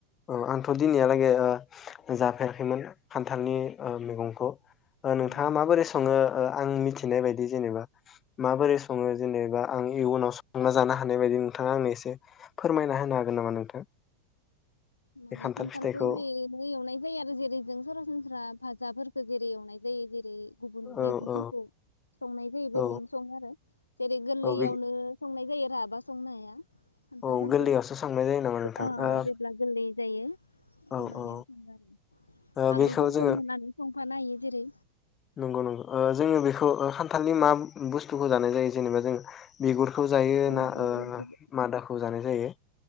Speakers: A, on the left (about 25°); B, on the left (about 75°).
A: औ आंथ' दिनैहालागै ओ फेराखैमोन खान्थालनि ओ मैगंखौ
B: औ
A: नोंथाङा माबोरै सङो ओ आं मिथि थिनाय बायदि जेनेबा माबोरै सङो जेनेबा आं इयुनाव स अंना जानो हानाय बायदि नोंथाङा आंनो एसे फोरमायना होनो हागोन नामा नोंथां
B: माने
A: बे खान्थाल
B: खान्थालखौ
A: फिथाइखौ
B: ओरैनो एवनाय जायो आरो जेरै जों सरासनस्रा भाजाफोर खो जेरै एवनाय जायो जेरै गुबुन
A: औ
B: मैगंफोरखौ
A: औ
B: संनाय जायो
A: औ
B: ओरैनो सङो आरो जेरै गोरलैयावनो
A: औ बे
B: संनाय जानयो राबा संनो हाया। खान्थालफोरखौ
A: औ गोरलैयावसो सांनाय जायो नामा नोंथां
B: अ
A: ओ
B: जेब्ला गोरलै जायो।
A: औ
B: ओमबानिया
A: औ
B: संदो आरो
A: ओ
B: आलुफोरजों
A: बेखौ जोङो
B: होनानै सं। बानायो जेरै
A: नंगौ नंगौ ओ जोङो बेखौ ओ खान्थालनि मा ओं ओ बुस्थुखौ जानाय जायो जेनेबा जों बिुगुर खौ जायो
B: जों
A: ना ओ मादाखौ जानाय जायो।